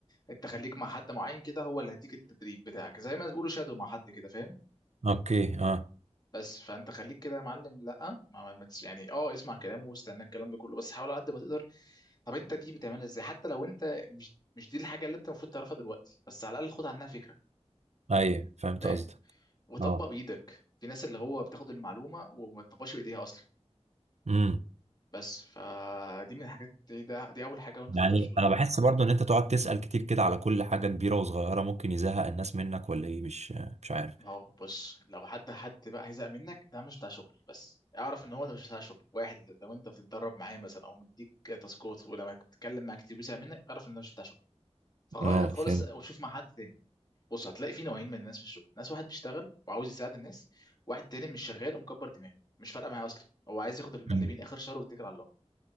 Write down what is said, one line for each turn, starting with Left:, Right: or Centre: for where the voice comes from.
Left: انت خليك مع حد معين كده هو اللي هيديك التدريب بتاعك زي ما بيقولوا شادو مع حد كده فاهم
Right: اوكي اه
Left: بس فانت خليك كده يا معلم لا ما ما ما تس- يعني اه اسمع كلامه واستنى الكلام ده كله بس حاول على قد ما تقدر طب انت دي بتعملها ازاي حتى لو انت مش مش دي الحاجه اللي انت المفروض تعرفها دلوقتي بس على الاقل خد عنها فكره
Right: ايوه فهمت
Left: فاهم
Right: قصدك
Left: وطبق
Right: اه
Left: بايدك في ناس اللي هو بتاخد المعلومه وما تطبقش بايديها اصلا
Right: امم
Left: بس فدي من الحاجات دي ده دي اول حاجه وانت
Right: يعني
Left: تبدا الشغل
Right: انا
Left: جديد
Right: بحس برضو ان انت تقعد تسأل كتير كده على كل حاجة كبيرة وصغيرة ممكن يزهق الناس منك ولا ايه مش مش عارف
Left: ما هو بص لو حد حد بقى هيزهق منك ده مش بتاع شغل بس اعرف ان هو ده مش بتاع شغل واحد لو انت بتتدرب معاه مثلا او مديك تاسكات ولما بتتكلم معاه كتير بيزهق منك اعرف ان ده مش بتاع شغل فغير
Right: اه
Left: خالص
Right: فهمت
Left: وشوف مع حد تاني بص هتلاقي في نوعين من الناس في الشغل ناس واحد بيشتغل وعاوز يساعد الناس واحد تاني مش شغال ومكبر دماغه مش فارقه معاه اصلا هو عايز ياخد المليمين
Right: مم.
Left: اخر شهر ويتكل على الله